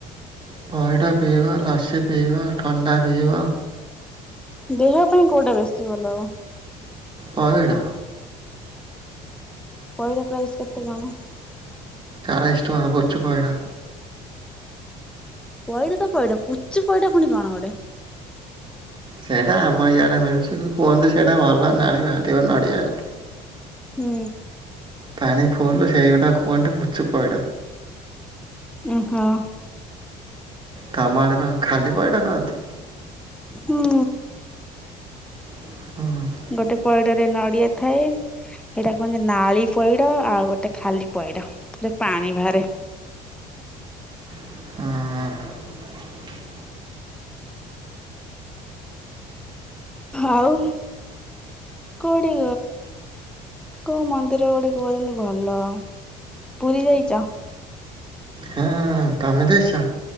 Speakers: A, on the right (about 25°); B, in the centre.
A: ପଇଡ଼ ପିଇବା ଲସି ପିଇବା ଥଣ୍ଡା ପିଇବା।
B: ଦେହ ପାଇଁ କୋଉଟା ବେଶୀ ଭଲ ହବ।
A: ପଇଡ଼।
B: ପଇଡ଼ ପ୍ରାଇସ୍ କେତେ କଣ।
A: ଚାଲି ଟଙ୍କା ପୁଚି ପଇଡ।
B: ପଇଡ଼ ତ ପଇଡ଼ ପୁଚି ପଇଡ଼ ପୁଣି କଣ ଗୋଟେ।
A: ସେଇଟା ଆମ ଇଆଡ଼େ ମିଳୁଚି କୁହନ୍ତି ସେଇଟା ଭର ନାଳି ବାହାରିବା ନଡିଆଉ।
B: ହୁଁ।
A: ପାଣି ଫୋଡ଼ିଲୁ ସେଇଗୁଡ଼ାକୁ କୁଅନ୍ତି ପୁଚୁ ପଇଡ଼।
B: ଓହୋ।
A: ତମର ଅଡେ କଣ ଖାଲି ପଇଡ଼ କହନ୍ତି।
B: ହୁଁ।
A: ହୁଁ।
B: ଗୋଟେ ପଇଡ଼ରେ ନଡିଆ ଥାଏ। ସେଇଟା କୁହନ୍ତି ନାଳି ପଇଡ଼ ଆଉ ଗୋଟେ ଖାଲି ପଇଡ଼ ପାଣି ବାହାରେ।
A: ଉଁ।
B: ଆଉ କୋଉଠି କୋଉ ମନ୍ଦିର ଗୋଟେ କହୁଛନ୍ତି ଭଲ ପୁରୀ ଯାଇଛ?
A: ହଁ ତମେ ଯାଇଛ।